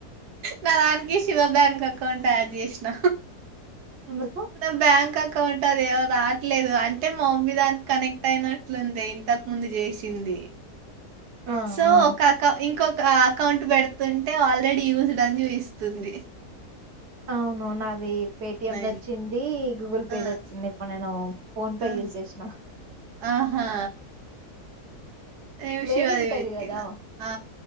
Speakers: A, on the right; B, on the right.
A: నా దానికి శివ బ్యాంక్ అకౌంట్ యాడ్ చేసిన
B: ఎందుకు
A: నా బ్యాంక్ అకౌ అ ఉంటది అ రాట్లేదు అంటే మా మమ్మీ దానికి కనెక్ట్ అయినట్లుంది ఇంతకు ముందు చేసింది
B: ఆ
A: సో
B: ఆ
A: ఒక అకౌ ఇంకొక అ అకౌంట్ పెడుతుంటే ఆల్రెడీ యూస్డ్ అని చూయిస్తుంది
B: అవును నాది పేటిఎం ద
A: ఇం
B: వచ్చింది గూగుల్ పే
A: ఆ
B: ద వచ్చింది ఇప్పుడు నేను ఫోన్ పే
A: ఆ
B: యూస్ జేసిన
A: ఆహా నేను
B: వేరుంటది
A: శివది పెట్టినా
B: కదా
A: ఆ